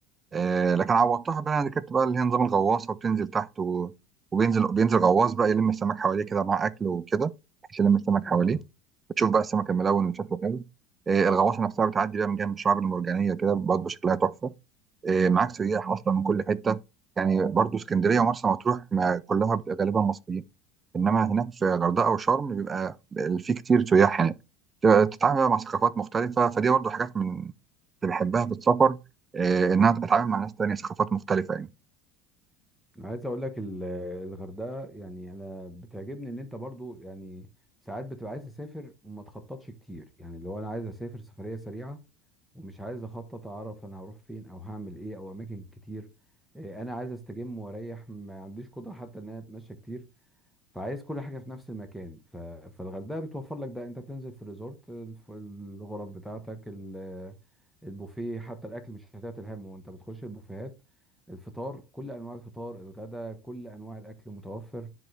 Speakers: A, on the right (about 20°); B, in the centre.
A: آه لكن عوضتها بقى انا ركبت بقى اللي هي نظام الغواصه وبتنزل تحت و... وبينزل بينزل غواص بقى يلم السمك حواليه كده مع اكل وكده بحيث يلم السمك
B: اه
A: حواليه وتشوف بقى السمك الملون اللي شكله حلو آه الغواصه نفسها بتعدي بقى من جنب الشعاب المرجانيه كده برضه شكلها تحفه آه، معاك سياح اصلا من كل حته يعني برضو اسكندريه ومرسى مطروح ما كلها بتبقى غالبا مصريين انما هناك في غردقه وشرم بيبقى في كتير سياح هناك ت- تتعامل بقى مع ثقافات مختلفه فدي برضو حاجات من اللي بحبها في السفر آه، انها اتعامل مع ناس تانية ثقافات مختلفه يعني
B: انا عايز اقول لك ال- الغردقة يعني انا بتعجبني ان انت برضو يعني ساعات بتبقى عايز تسافر وما تخططش كتير يعني لو انا عايز اسافر سفرية سريعة ومش عايز اخطط اعرف انا هروح فين او هعمل ايه او اماكن كتير إيه انا عايز استجم واريح ما عنديش قدرة حتى ان انا اتمشى كتير فعايز كل حاجه في نفس المكان ف... فالغردقه بتوفر لك ده انت بتنزل في الريزورت الف- الغرف بتاعتك ال- البوفيه حتى الاكل مش هتعتل همه وانت بتخش البوفيهات الفطار كل انواع الفطار الغدا كل انواع الاكل متوفر